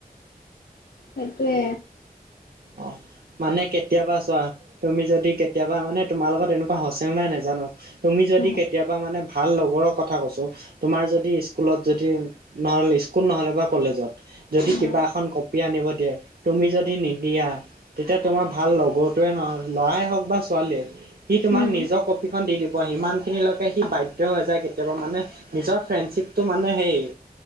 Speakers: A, on the left (about 85°); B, on the right (about 85°).
A: সেইটোৱে।
B: অ', মানে কেতিয়াবা চোৱা। তুমি যদি কেতিয়াবা মানে তোমাৰ লগত এনেকুৱা হৈছে নে নাই নেজানো? তুমি যদি
A: উম
B: কেতিয়াবা মানে ভাল লগৰৰ কথা কৈছো, তোমাৰ যদি স্কুলত যদি নহ'লে স্কুল নহলে বা কলেজত, যদি
A: উম
B: কিবা এখন কপি আনিব দিয়ে। তুমি যদি নি দিয়া, তেতিয়া তোমাৰ ভাল লগৰটোৱে নহয় লৰাই হওক বা ছোৱালীয়ে। সি তোমাক
A: উম
B: নিজৰ কপিখন দি দিব। সিমানখিনিলৈকে সি বাধ্য হৈ যায় কেতিয়াবা মানে। নিজৰ ফ্ৰেণ্ডশ্বিপটো মানুহে সেই